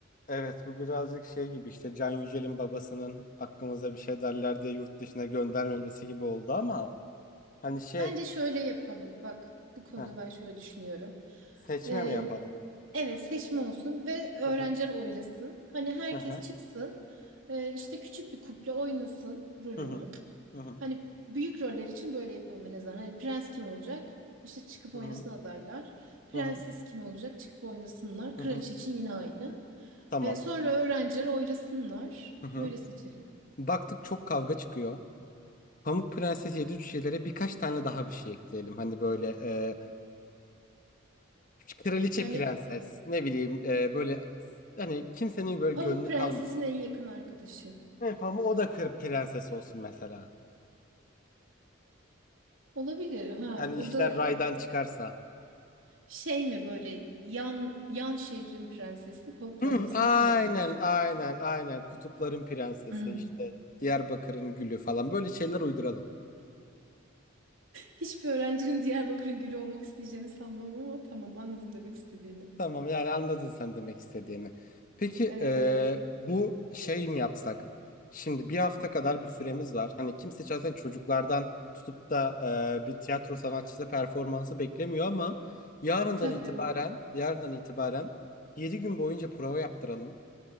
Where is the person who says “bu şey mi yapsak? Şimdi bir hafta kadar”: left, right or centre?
Left